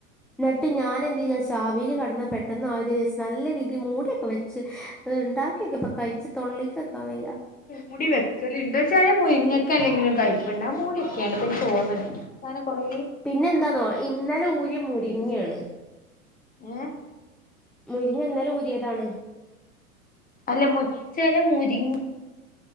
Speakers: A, in the centre; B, on the left (about 20°).
A: ന്നിട്ട് ഞാൻ എന്ത് വിയയിച്ച ആവിൽ കടന്നാ പെട്ടെന്ന് ആ ഒരു നല്ല രീതിൽ മൂടിയൊക്കെ വെച്ച് അത് ഉണ്ടാക്കിയൊക്കെ ഇപ്പോ കഴിച്ച് തൊള്ളീക്ക്‌ വക്കാൻ വയ്യ
B: മൂടി വെക്കലുണ്ട് വച്ചാ മുരിങ്ങൊക്കെ അല്ലെങ്കിലും കൈപ്പുണ്ട് മൂടി വെക്കാണ്ട അത് തോന്നാണ് സാനെ കൊറെ
A: പിന്നെ എന്താന്നോ ഇന്നലെ ഊര്യ മുരിങ്ങെണ്
B: വെച്ചിട്ട് ഏഹ്
A: മുരിങ്ങ ഇന്നലെ ഊരിയതാണ്
B: അല്ല മു ചെലെ മുരി